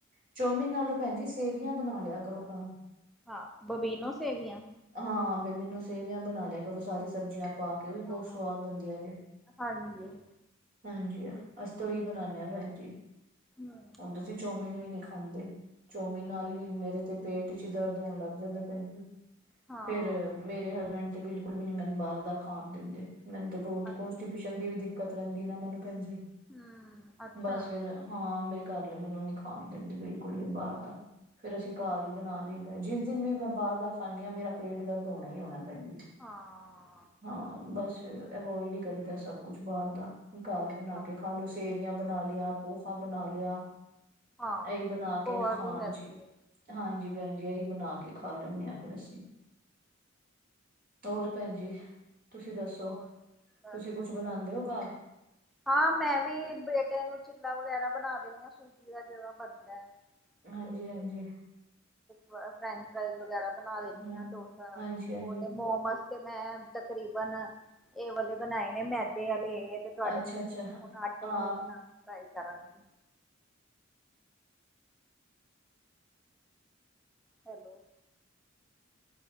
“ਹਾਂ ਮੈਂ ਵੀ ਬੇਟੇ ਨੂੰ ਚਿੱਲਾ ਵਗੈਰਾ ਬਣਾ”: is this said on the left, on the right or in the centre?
Centre